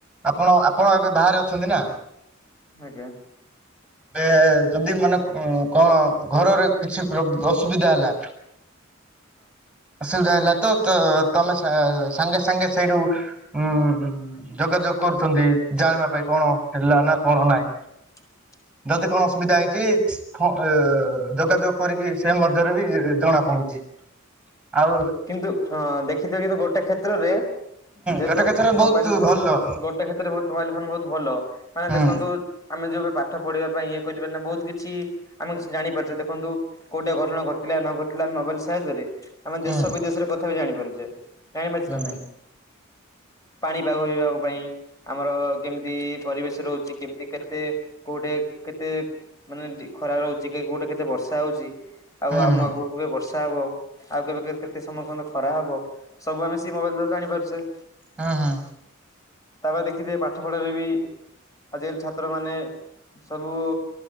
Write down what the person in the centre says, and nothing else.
ଆପଣ ଆପଣ ଏବେ ବାହାରେ ଅଛନ୍ତି ନା?
ଏବେ ଯଦି ମାନେ କ-କଣ ଘରରେ କିଛି ପ୍ରୋ ଅସୁବିଧା ହେଲା। ଅସୁବିଧା ହେଲା ତ-ତ-ତମେ ଶା ସାଙ୍ଗେ ସାଙ୍ଗେ ସେଇଠୁ ଉଁ ଯୋଗାଯୋଗ କରୁଛନ୍ତି ଜାଣିବା ପାଇଁ କଣ ହେଲା ନା କଣ ନାଇଁ।
ଯଦି କଣ
ଅସୁବିଧା ହେଇଛି ଅ-ଅ ଯୋଗାଯୋଗ କରିକି ସେ ମଧ୍ୟରେ ବି ଜଣା ପଡୁଛି। ଆଉ
ଗୋଟା କଥାରେ ବହୁତ
ଭଲ
ହୁଁ
ହୁଁ।
ହୁଁ
ହୁଁ
ହୁଁ।
ହୁଁ ହୁଁ।